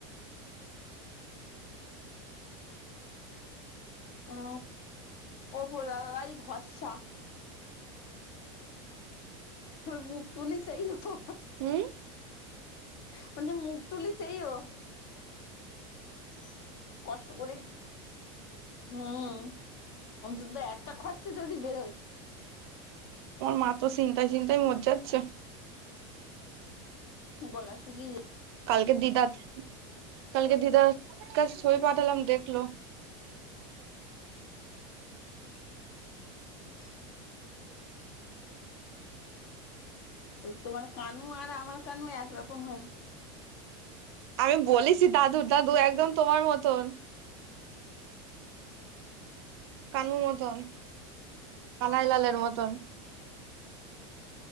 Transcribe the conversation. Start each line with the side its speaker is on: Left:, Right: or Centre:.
Left: ا ا پ لائی بسا اور م تو نہیں صحیح ہو
Right: ہوں
Left: مے مگ تولی سے ہی ہو تو کش کر ہوں ان تو تو ایکٹ خرچہ جد برو
Right: م مات تو چنتاا چ مججا سے
Left: گلا سکی ج
Right: کال کے دیدا کال کے دیدا کا سوئی پاتلام دیکھ لو
Left: ہ تمار کانو اور ہمار کانو ایک رکم ہے
Right: ہمیں بس دادر دادو ایک دم تمار متون کانو متن کانائی لالیر متن